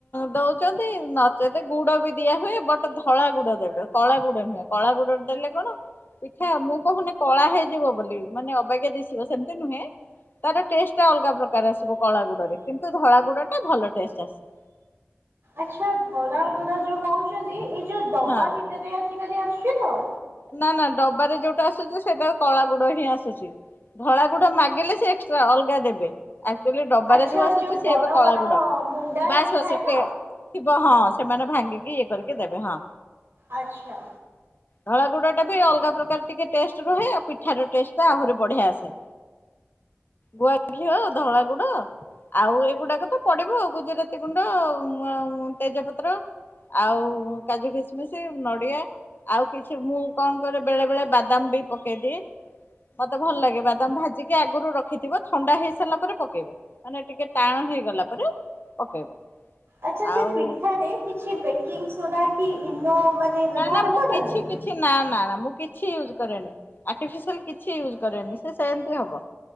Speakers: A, on the left (about 50°); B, on the right (about 65°).
A: ଦୋଉଚନ୍ତି ନଚେତେ ଗୁଡ ବି ଦିଆ ହୁଏ ବଟ୍ ଧଳା ଗୁଡ ଦେବେ। କଳା ଗୁଡ ନୁହେଁ କଳା ଗୁଡ <unintelligible> ଦେଲେ କଣ ପିଠା ମୁଁ କୋହୁନି କଳା ହେଇଯିବ ବୋଲି ମାନେ ଅବାଗିଆ ଦିଶିବ ସେମିତି ନୁହେଁ। ତାର ଟେଷ୍ଟ ଟା ଅଲଗା ପ୍ରକାର ଆସିବ କଳା ଗୁଡରେ କିନ୍ତୁ ଧଳା ଗୁଡ ଟା ଭଲ ଟେଷ୍ଟ ଆସେ।
B: ଆଚ୍ଛା ଧଳା ଗୁଡ ଯୋଉ କୋହୁଚନ୍ତି ଏଇ ଯୋଉ ଡବା
A: ହଁ
B: ଭିତରେ ଆଜିିକାଲି ଆସୁଛି ତ।
A: ନା ନା ଡବାରେ ଯୋଉଟା ଆସୁଚି ସେଇଟା କଳା ଗୁଡ ହିଁ ଆସୁଚି। ଧଳା ଗୁଡା ମାଗିଲେ ସେ ଏକ୍ସଟ୍ରା ଅଲଗା ଦେବେ। ଆକ୍ଚୋଲି ଡବାରେ
B: ଆଚ୍ଛା
A: ଯୋଉ ଆସୁଛି ସିଏ
B: ବଡ
A: ଏବେ କଳା
B: ବଡ
A: ଗୁଡ
B: ମୁଣ୍ଡା ହେଇକି
A: ବାସ ବାସ।
B: ଥାଏ
A: <unintelligible>
B: ତ
A: ଥିବ ହଁ ସେମାନେ ଭାଙ୍ଗିକି ଇଏ କରିକି ଦେବେ ହଁ।
B: ଆଚ୍ଛା।
A: ଧଳା ଗୁଡ଼ା ଟା ବି ଅଲଗା ପ୍ରକାର ଟିକେ ଟେଷ୍ଟ ରୁହେ ଆଉ ପିଠାର ଟେଷ୍ଟଟା ଆହୁରି ବଢିଆ ଆସେ। ଗୁଆ ଘିଅ ଆଉ ଧଳା ଗୁଡ ଆଉ ଏଇଗୁଡାକ ତ ପଡିବ ଆଉ ଗୁଜୁରାତି ଗୁଣ୍ଡ ଆଉ <unintelligible> ତେଜପତ୍ର। ଆଉ କାଜୁ କିସମିସ ନଡିଆ ଆଉ କିଛି ମୁଁ କଣ କରେ ବେଳେ ବେଳେ ବାଦାମ ବି ପକେଇଦିଏ। ମତେ ଭଲ ଲାଗେ ବାଦାମ ଭାଜିକି ଆଗୁରୁ ରଖିଥିବ ଥଣ୍ଡା ହେଇ ସାରିଲା ପରେ ପକେଇବ। ମାନେ ଟିକେ ଟାଣ ହେଇଗଲା ପରେ ପକେଇବ।
B: ଆଚ୍ଛା ସେ
A: ଆଉ
B: ପିଠ କିଛି ବେକିଙ୍ଗି ସୋଡା କି ଇନୋ ମାନେ ବ୍ୟବହାର
A: ନା ନା ମୁଁ
B: କରନ୍ତି।
A: <unintelligible> ନା ନା ନା ମୁଁ କିଛି ଇୟୁଜ କରେନି ଆର୍ଟିଫିସିଆଲ କିଛି ଇୟୁଜ କରେନି ସେ ସେମିତି ହବ।